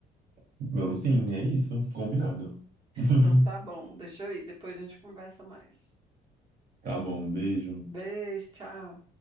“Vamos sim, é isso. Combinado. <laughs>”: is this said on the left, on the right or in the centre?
Right